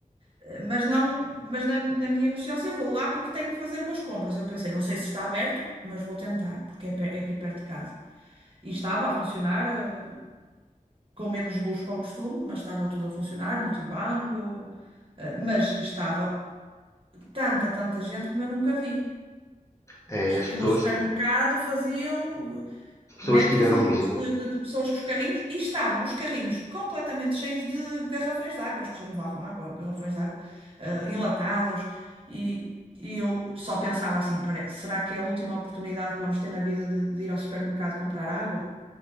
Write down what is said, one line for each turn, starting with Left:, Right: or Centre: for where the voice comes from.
Right: eh, mas não, mas na, na minha inocência vou lá porque tenho que fazer umas compras. Eu pensei, não sei se está aberto, mas vou tentar, porque é, pe- é aqui perto de casa. E estava a funcionar, eh, com menos luz que ao costume, mas estava tudo a funcionar, multibanco, eh, mas estava tanta, tanta gente como eu nunca vi.
Left: É,
Right: As filas
Left: as, pessoas,
Right: de supermercado
Left: as
Right: faziam
Left: pessoas
Right: metros
Left: tiveram
Right: e metros
Left: medo.
Right: de, de- de pessoas com os carrinhos e estavam os carrinhos completamente cheios de garrafões de água. As pessoas levavam água, garrafões de água, eh, enlatados. E, e eu só pensava assim: "Pare- será que é a última oportunidade que vamos ter na vida de, de ir ao supermercado comprar água?